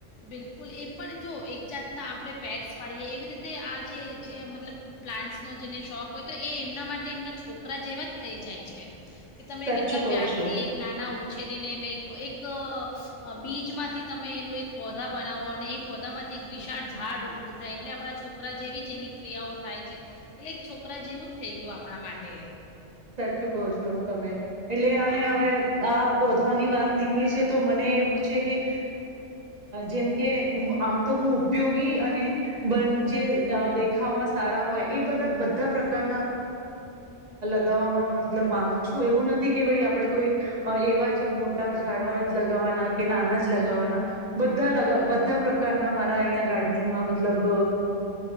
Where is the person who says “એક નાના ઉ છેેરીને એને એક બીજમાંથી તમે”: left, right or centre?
Left